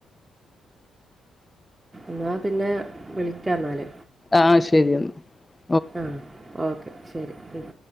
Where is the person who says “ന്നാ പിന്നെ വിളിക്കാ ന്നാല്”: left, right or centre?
Right